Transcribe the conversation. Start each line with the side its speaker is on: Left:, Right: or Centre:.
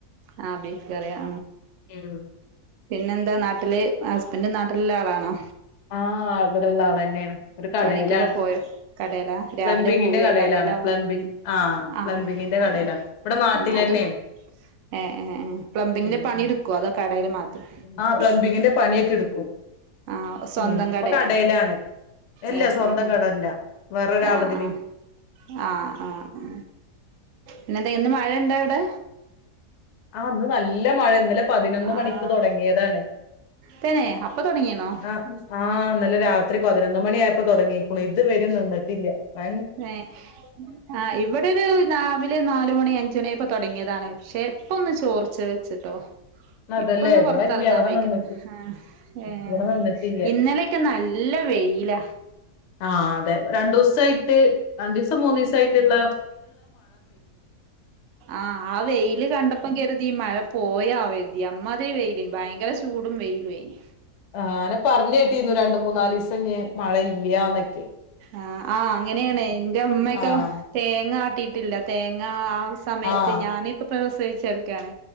Right: ആഹ് ബീഫ്കറിയാ.
Left: ഉം.
Right: പിന്നെന്താ നാട്ടില് ഹസ്ബന്റ് നാട്ടിലുള്ള ആളാണോ?
Left: ആ ഇവിടെള്ള ആളെന്നെയാണ് ഒരു കടയിലാണ്
Right: പണിക്കൊക്കെ പോയോ കടേല രാവിലെ
Left: പ്ലംബിങ്ങിന്റെ
Right: പൂവലേക്ക
Left: കടയിലാണ്
Right: കടേല
Left: പ്ലംബിങ് ആ പ്ലംബിങ്ങിന്റെ
Right: ആഹ്
Left: കടയിലാണ്
Right: ആഹ്
Left: ഇവിടെ നാട്ടിലെന്നെയാണ്
Right: അതും ഏഹ് ഏഹ് ഏഹ് പ്ലംബിങ്ങന്
Left: ഉം
Right: പണി
Left: ഉം
Right: എടുക്കുവോ അതോ കടേൽ മാത്രം
Left: ആ പ്ലംബിങ്ങിന്റെ പണിയൊക്കെ എടുക്കും
Right: ആഹ് ഒസ് സ്വന്തം
Left: ഉം
Right: കടയാണോ
Left: ഇപ്പൊ കടയിലാണ് ഇല്ല
Right: ഏഹ്
Left: സ്വന്തം
Right: ഏഹ്
Left: കടല്ല വേറൊരാളതില്
Right: ഏഹ് ആഹ് ആഹ്. ആഹ് ആഹ് ആഹ് എന്നിട്ട് ഇന്ന് മഴ ഇണ്ടോ അവിട്?
Left: ആഹ് ഇന്ന് നല്ല മഴ ഇന്നലെ പതിനൊന്ന്
Right: ആഹ്
Left: മണിക്ക് തുടങ്ങിയതാണ്.
Right: തന്നെ അപ്പൊ തൊടങ്ങിണോ
Left: ആഹ് ആഹ് ഇന്നലെ രാത്രി പതിനൊന്ന് മണി ആയപ്പോ തൊടങ്ങീകുണു നിന്നിട്ടില്ല വ
Right: ഏഹ് ആഹ് ഇവിടെ ഒരു രാവിലെ നാലുമണി അഞ്ചുമണി ആയപ്പോ തുടങ്ങിയതാണ്. പക്ഷെ ഇപ്പൊന്ന് ചോർച്ച് വെച്ചിട്ടോ.
Left: അതല്ലേ
Right: ഇപ്പൊന്ന്
Left: ഇവിടെ
Right: പുറത്തിറങ്ങാൻ
Left: ഇല്ല ഇവിടെ
Right: വയ്ക്കുന്ന്
Left: നിന്നിട്ട്
Right: ആഹ് ഏഹ്
Left: ഇവിടെ നിന്നിട്ടില്ല
Right: ഇന്നലെയൊക്കെ നല് ല്ല വെയില
Left: ആഹ് അതെ രണ്ടോസായിട്ട് രണ്ടീസം മൂന്നീസായിട്ട്ള്ള
Right: ആഹ് ആഹ് വെയില് കണ്ടപ്പം കരുതി ഈ മഴ പോയാവെര്തി അം മതിരി വെയിലേന് ഭയങ്കര ചൂടും വെയിലു ഏഞ്
Left: ആനെ പർഞേട്ടീന്നു രണ്ട് മൂന്നാലീസം ഞ് മഴയില്യാ ന്നൊക്കെ
Right: ആഹ് ആഹ് അങ്ങനെണ് എന്റെ മ്മയൊക്കെ
Left: ആഹ്
Right: തേങ്ങ ആട്ടിയിട്ടില്ല തേങ്ങ ആഹ് മയത്ത്
Left: ആഹ്
Right: ഞാനിപ്പ പ്രസവിച്ചക്കാണ്